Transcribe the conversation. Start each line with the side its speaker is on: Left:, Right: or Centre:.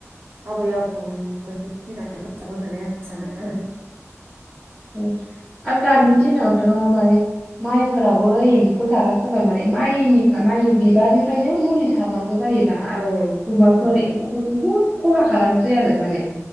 Right: आबै आबौनि मोननै दिनानो मोजांमोन होननानै आं सानो
Centre: <unintelligible>
Right: आरो
Centre: दानि दिनावथ माने माइफोरावबो एम्फौ जागासिनो जाबाय माने माइनिफ्राय माइ बिबारनिफ्रायनो मुलि सारनांगौ। एमफौ जायो आरोना
Right: औ
Centre: गुमाफोर
Right: औ
Centre: एमफौफोर बुहुत खहा खालामसै आरो माने।